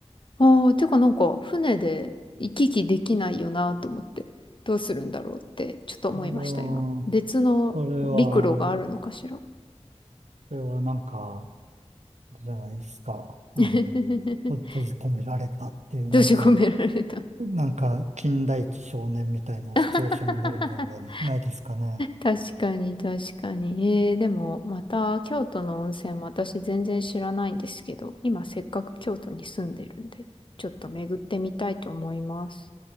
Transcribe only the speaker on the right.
それは、
それは、それはなんか、じゃないですか。あの、
と閉じ込められたっていう、
なんか、なんか、金田一少年みたいなシチュエーションになるんじゃないないですかね。